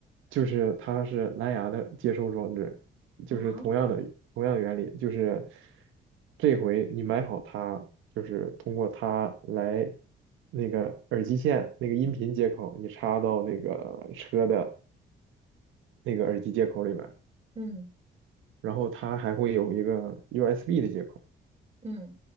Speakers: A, on the right; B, on the right.
A: 就是它是蓝牙的接收装置，就是同样的同样的原理，
B: 嗯啊，
A: 就是这回你买好它，就是通过它来那个耳机线那个音频接口，你插到那个车的那个耳机接口里面，
B: 嗯
A: 然后它还会有一个 USB 的接口。
B: 嗯